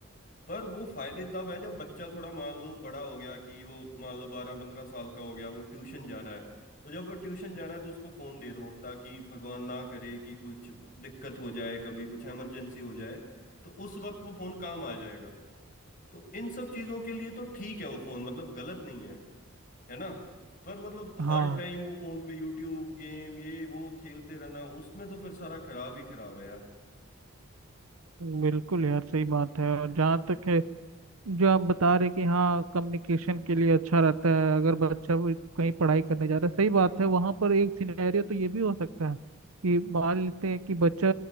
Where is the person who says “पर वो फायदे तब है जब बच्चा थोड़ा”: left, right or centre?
Left